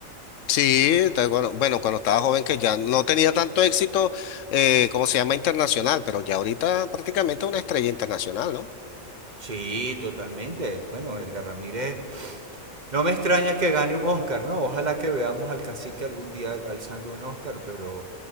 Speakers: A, on the left (about 70°); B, on the right (about 35°).
A: Sí, te acuerdo. Bueno, cuando estaba joven que ya no tenía tanto éxito, eh, ¿cómo se llama? Internacional, pero ya ahorita prácticamente una estrella internacional, ¿no?
B: Sí, totalmente. Bueno, Edgar Ramírez No me extraña que gane un Oscar, ¿no? Ojalá que veamos al cacique algún día alzando un Oscar, pero